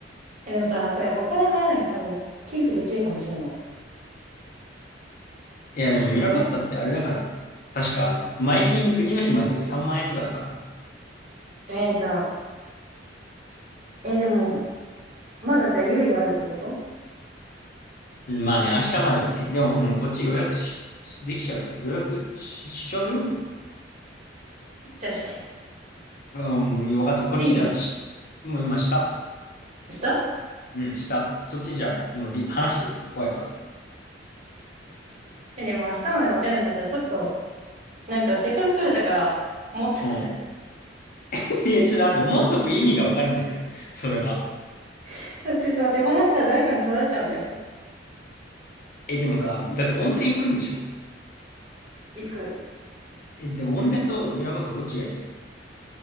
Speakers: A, on the right; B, on the left.
A: え、でもさ、これお金払わなきゃ多分、キープできるかもしんない。
B: いやでもミラコスタってあれだから。確かあの、前金次の日までに3万円とかだから。
A: えーじゃあ、え、でも、まだじゃあ猶予あるってこと
B: うんまあね、明日まではね。でももうこっち予約し、しできちゃうよ。予約し、しちゃうよ。
A: じゃあして。
B: うん、よかった。こっちじゃし、
A: いいよ。
B: もう今下。
A: した
B: うん、下。そっちじゃ、もうり、話しても怖いから。
A: え、でも明日まで待てるんだったら、ちょっと、なんかせっかく取れたから、持っときたい。
B: うん。<laughs> え、ちょっと待って、持っとく意味がわからないのよ。それは。
A: <laughs> だってさ、手放したら誰かに取られちゃうんだよ。
B: え、でもさ、だって温泉行くんでしょ
A: 行く。
B: え、でも温泉とミラコスタどっちがいいの